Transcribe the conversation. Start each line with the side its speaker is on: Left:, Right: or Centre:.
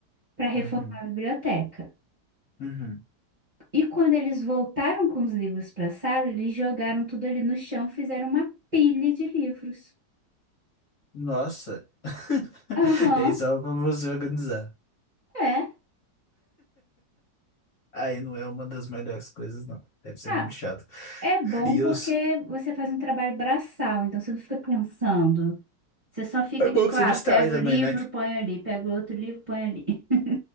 Right: para reformar
Left: Uhum,
Right: a biblioteca.
Left: uhum.
Right: E quando eles voltaram com os livros para a sala, eles jogaram tudo ali no chão, fizeram uma pilha de livros.
Left: Nossa. <laughs>
Right: Aham,
Left: E aí só pra você organizar.
Right: é.
Left: Aí não é uma das melhores coisas, não. Deve ser
Right: Ah,
Left: muito chato.
Right: é bom
Left: E
Right: porque
Left: os...
Right: você faz um trabalho braçal, então você não fica pensando Você só fica
Left: é bom
Right: tipo,
Left: que você
Right: ah,
Left: distrai
Right: pega
Left: também,
Right: o livro,
Left: né? Que
Right: põe ali, pega o outro livro, põe ali. <laughs>